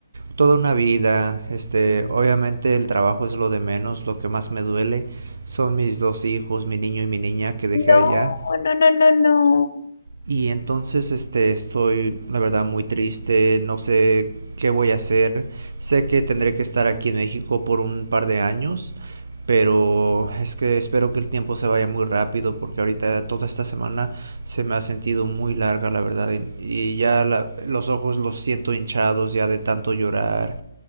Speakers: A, on the right (about 65°); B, on the left (about 70°).
A: toda una vida, este, obviamente el trabajo es lo de menos, lo que más me duele son mis dos hijos, mi niño y mi niña que dejé
B: No,
A: allá,
B: no, no, no, no.
A: y entonces, este, estoy, la verdad, muy triste, no sé qué voy a hacer. Sé que tendré que estar aquí en México por un par de años, pero es que espero que el tiempo se vaya muy rápido porque ahorita toda esta semana se me ha sentido muy larga, la verdad, y, y ya la- los ojos los siento hinchados ya de tanto llorar